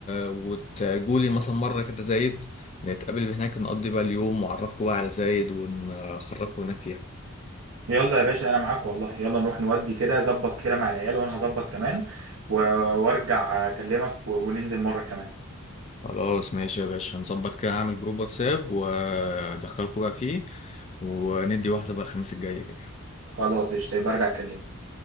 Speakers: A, on the left (about 30°); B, on the right (about 80°).
A: وتجولي مثلا مره كده زايد نتقابل هناك نقضي بقى اليوم وأعرفكوا بقى على زايد ونخرجكوا هناك فيها
B: يلا يا باشا أنا معاك والله يلا نروح نودي كده ظبط كده مع العيال وأنا هظبط كمان و- وأرجع أكلمك و- وننزل مرة كمان
A: خلاص ماشي يا باشا نظبط كده أعمل جروب واتساب وأدخلكوا بقى فيه وندي واحدة بقى الخميس الجاي كده
B: خلاص قشطة يبقى أرجع أكلمك